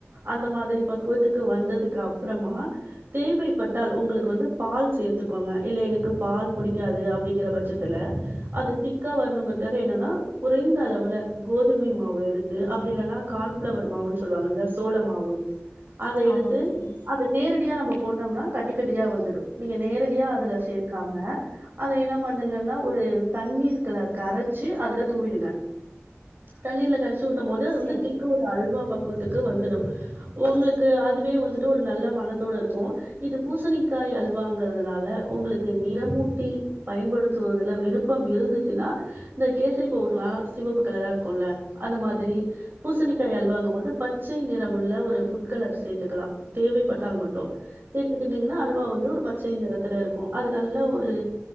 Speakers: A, on the right; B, on the left.
A: அந்த மாதிரி பக்குவத்துக்கு வந்ததுக்கு அப்புறமா தேவைப்பட்டால் உங்களுக்கு வந்து பால் சேர்த்துக்கோங்க இல்ல எனக்கு பால் பிடிக்காது அப்படிங்கிற பட்சத்துல அது திக்கா வரணுங்கிறதுக்காக என்னன்னா குறைந்த அளவுல கோதுமை மாவு எடுத்து அப்படி இல்லைன்னா கான்பளவர் மாவுன்னு சொல்லுவாங்க இல்ல சோள மாவு அத எடுத்து
B: ஆமாங்க தோழி
A: அத நேரடியா நம்ம போட்டோம்னா கட்டி கட்டியா வந்துடும் நீங்க நேரடியா அதுல சேர்க்காம அத என்ன பண்ணுங்கன்னா ஒரு தண்ணீர் கரைச்சு அதுல தூவிடுங்க தண்ணீர்ல கரைச்ச சுூத்தும் போது அது
B: சரி
A: வந்து திக்க ஒரு அல்வா கூத்துக்கு வந்துடும் உங்களுக்கு அதுவே வந்துட்டு ஒரு நல்ல மனத்தோடு இருக்கும் இது பூசணிக்காய் அல்வாங்கிறதுனால உங்களுக்கு நிறமூட்டி பயன்படுத்துவதுல விருப்பம் இருந்துச்சுன்னா இந்த கேசடிபவுடுடரா சிவப்பு கலராாக இருக்கும்ல அந்த மாதிரி பூசணிக்காய் அல்வாங்கும் போது பச்சை நிறம்முள்ளஒரு ரெட்கலர் சேர்த்துக்கலாம் தேவைப்பட்டால் மட்டும் சேர்த்துக்கிட்டீங்கன்னா அல்வா வந்து ஒரு பச்சை நிறத்துல இருக்கும் அது நல்ல ஒரு